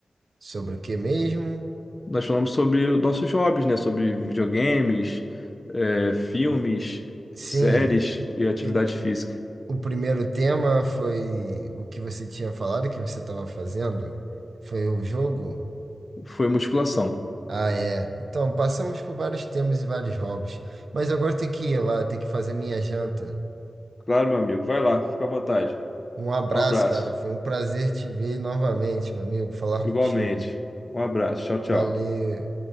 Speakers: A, on the right; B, on the left.
A: sobre o que mesmo?
B: Nós falamos sobre os nossos hobbies, né? Sobre videogames, é, filmes,
A: Sim,
B: séries e atividade
A: e
B: física.
A: o primeiro tema foi o que você tinha falado que você estava fazendo? Foi o jogo?
B: Foi musculação.
A: Ah, é. Então, passamos por vários temas e vários hobbies. Mas agora tem que ir lá, tem que fazer minha janta.
B: Claro, meu amigo. Vai lá, fica à vontade.
A: Um abraço,
B: Um abraço.
A: cara. Foi um prazer te ver novamente, meu amigo, falar
B: Igualmente.
A: contigo.
B: Um abraço. Tchau, tchau.
A: Valeu.